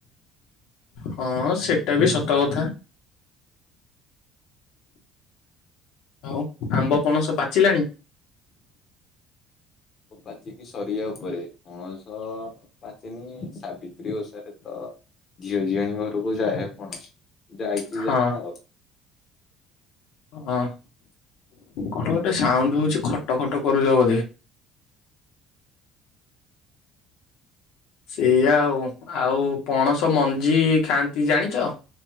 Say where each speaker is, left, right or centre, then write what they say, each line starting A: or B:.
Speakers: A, on the left; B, on the left.
A: ହଁ ସେଟା ବି ସତ କଥା। ହଉ, ଆମ୍ବ ପଣସ ପାଚିଲାଣି?
B: ପାଚିକି ସରିିବା ଉପରେ ପଣସ ପାଚନି ସାବିତ୍ରୀ ଓଷାରେ ତ ଝିଅ ଝିଆଣି ଘରକୁ ଯାଏ ପଣସ। ଯାଇଚି
A: ହଁ
B: ଯାହା ଆଉ।
A: ହଁ, କଣ ଗୋଟେ ସାଉଣ୍ଡ ହଉଛି ଖଟ ଖଟ କରୁଚ ବୋଧେ? ସେଇଆା ଆଉ ଆଉ ପଣସ ମଞ୍ଜି ଖାଆନ୍ତି ଜାଣିଚ?